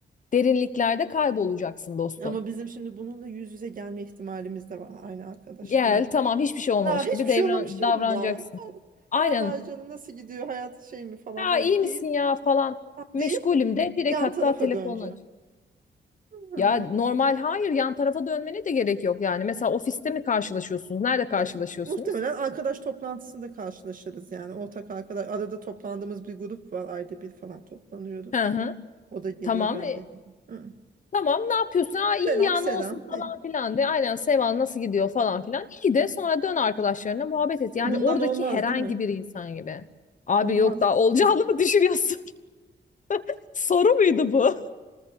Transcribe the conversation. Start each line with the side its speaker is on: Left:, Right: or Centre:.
Left: Derinliklerde kaybolacaksın dostum.
Right: Ama bizim şimdi bununla yüz yüze gelme ihtimalimiz de var aynı arkadaşlarımla.
Left: Gel tamam hiçbir şey olmamış
Right: Na hiçbir
Left: gibi devran,
Right: şey olmamış gibi
Left: davranacaksın.
Right: mi davran?
Left: Aynen.
Right: Ne haber canım nasıl gidiyor hayat şey mi falan
Left: Ha
Right: böyle
Left: iyi
Right: değil.
Left: misin ya falan. Meşgulüm
Right: Değil
Left: de direkt
Right: yan
Left: hatta
Right: tarafa
Left: telefonu
Right: döneceğim.
Left: aç.
Right: Hı.
Left: Ya normal hayır yan tarafa dönmene de gerek yok yani. Mesela ofiste mi karşılaşıyorsunuz? Nerede karşılaşıyorsunuz?
Right: Evet. Muhtemelen arkadaş toplantısında karşılaşırız yani ortak arkadaş arada toplandığımız bir grup var ayda bir falan toplanıyoruz.
Left: Hı hı.
Right: O da geliyor
Left: Tamam.
Right: ben
Left: e,
Right: de geliyorum. Hı.
Left: tamam ne yapıyorsun? Aa iyi
Right: Selam
Left: ya
Right: selam.
Left: ne olsun
Right: Hı.
Left: falan filan de. Aynen Seval nasıl gidiyor falan filan. İyi de sonra dön arkadaşlarına muhabbet et. Yani
Right: Bundan
Left: oradaki
Right: olmaz
Left: herhangi
Right: değil mi?
Left: bir insan gibi. Abi
Right: Olmaz.
Left: yok daha olacağını
Right: Yok.
Left: mı düşünüyorsun? <laughs> Soru muydu bu?